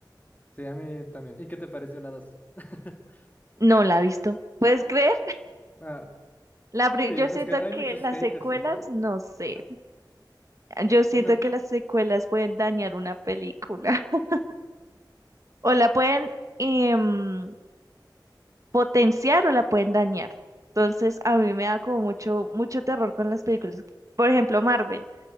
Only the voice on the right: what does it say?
No la he visto. ¿Puedes creer?
La,
pri- yo
siento
que
las
secuelas,
no sé.
Yo siento
que las secuelas pueden dañar una película. <laughs> O la pueden em, potenciar o la pueden dañar. Entonces, a mí me da como mucho, mucho terror con las películas. Por ejemplo, Marvel.